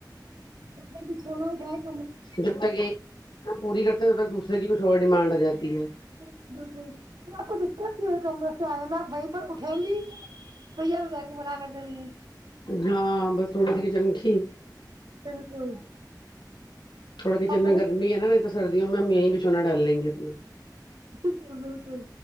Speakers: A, on the right; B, on the left.
A: تو نے چھونا اٹھ
B: جب تک ایک کام پوری کرتے ہیںب تک دوسرے کی کچھ اور ڈیمانڈ آ جاتی ہے
A: بالکل بالکل تو آپ کو دقت نہیں ہو کمرے سے آئے میں آپ وہیں پر اٹھیں گی <unintelligible>
B: ہاں بس تھوڑا سا ہی چنکی
A: بالکل
B: تھوڑا کچن
A: آپ
B: میں
A: وہیں
B: گرمی ہے نا نہیں تو سردیوں میں ہم یہیں ب چونا ڈال لیں گے اپنا
A: بالکل بالکل